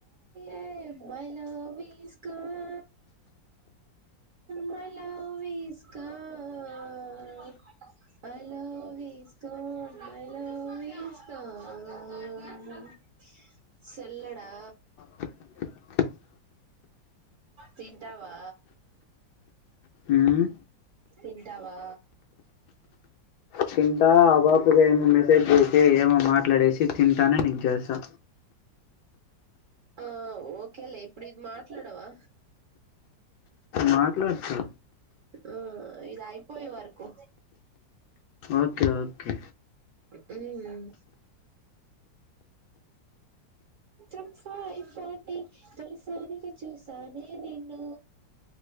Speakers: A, on the right; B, on the left.
A: ఏ my love is gone my love is gone my love is gone my love is gone సొల్లుడా
B: <inaudible>
A: తింటావా
B: ఉమ్,
A: తింటావా
B: తింటా ఆ బాపూగా ఏమున మెసేజ్ చేూసి ఏమో మాట్లాడేసి తింటేనే నీక్జేసా
A: ఆ ఓకేలే ఇప్పుడు ఇది మాట్లాడవా
B: మాట్లాడతా
A: ఆ ఏదైపోయేవరకు
B: ఓకే ఓకే
A: హ్మ్ ఇంఫన్ ఫటీ తలిసారిగా చూసానే నిన్ను